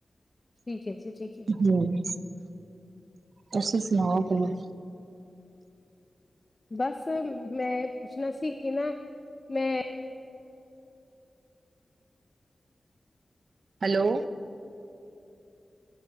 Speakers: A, on the left; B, on the right.
A: ਠੀਕ ਏ ਜੀ। ਠੀਕ
B: ਹੂੰ, ਤੁਸੀ ਸੁਣਾਓ ਕਿਵੇਂ
A: ਬਸ ਮੈਂ ਪੁੱਛਣਾ ਸੀ ਕਿ ਨਾ ਮੈਂ
B: ਹੈਲੋ,